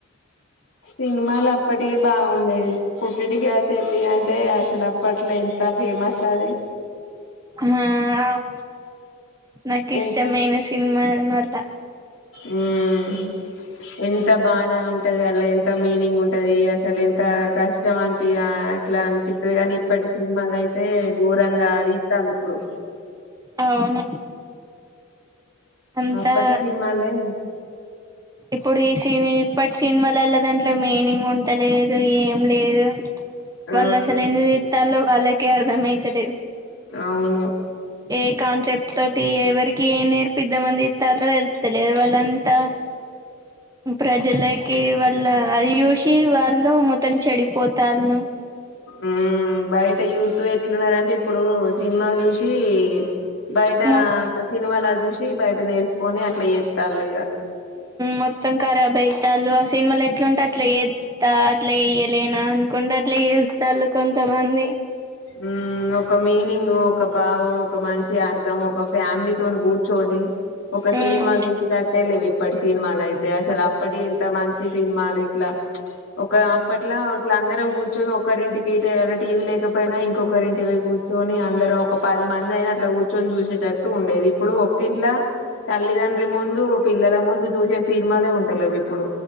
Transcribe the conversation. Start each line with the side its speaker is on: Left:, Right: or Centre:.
Left: సినిమాలు అప్పటివె బాగుండేవి పుట్టింటికి రావెచళ్లి అని. అంటే అసలు అప్పట్లో ఎంత ఫేమస్ అది.
Right: హ్మ్ నాకు ఇష్టమయిన
Left: ఎంత
Right: సినిమా మల్ల.
Left: ఉమ్ ఎంత బాధ ఉంటది అలా ఎంత మీనింగ్ ఉంటది ఈ అసలు ఎంత. కష్టం అనిపి అట్లా అనిపిస్తుది కాని‌. ఇప్పటి సినిమా లయితే ఘోరంగా తీస్తాల్లో ఇప్పుడు.
Right: అవును. అంతా
Left: అప్పటి సినిమాలె.
Right: ఇప్పుడు ఈ సిన ఇప్పటి సినిమలలో దాంట్లో మీనింగ్ ఉంటలేదు ఏం లేదు.
Left: ఆ
Right: వల్ అసల ఎందుకు తీస్తాల్లో వాళ్లకి అర్థం అయితలేదు.
Left: అవును
Right: ఏ కాన్సెప్ట్. టి ఎవరికి ఏం నేర్పిద్ద మని తీస్తాల్లో తెలుస్తలేదు వాళ్ళంతా. ప్రజలకె. వల్ల అయూసి వాళ్ళు మూతం చెడిపోతళ్ళ.
Left: ఉమ్ బయట యూత్ ఎట్లున్నారంటే ఇప్పుడు సినిమాలు చూసి. బయట
Right: మొ
Left: సినిమాల చూసి బయట నేర్చుకొని అట్లా చేస్తాలు ఇగా.
Right: మొత్తం కరాబ్ అయితాలు ఆ సినిమాలు ఎట్లుంటే అట్లా ఏద్దా అట్లా చేయలేనా. కుండట్లే చేస్తాలు కొంతమంది.
Left: ఉ ఒక మీనింగ్ ఒక భావం ఒక మంచి అర్ధం ఒక ఫ్యామిలీతోోని కూర్చొని ఒక
Right: మ్
Left: సినిమా చూసేటట్టే లేవు ఇప్పటి సినిమాలు అయితే అసలు అప్పటి ఎంత మంచి సినిమాలుయి ఇట్లా ఒక అప్పట్లా ఇట్ల అందరం కూర్చొని ఒకరింటికి తే టీవీ లేకపో పోయిన ఇంకొకరి ఇంటి పై కూర్చొని అందరం ఒక పది మంది అయినా అట్లా కూర్చొని చూసేటట్టు ఉండేది ఇప్పుడు ఒ ఇంట్ల తల్లిదండ్రి ముందు పిల్లల ముందు చూసే సీనిమాలే ఉంట లేవ్ ఇప్పుడు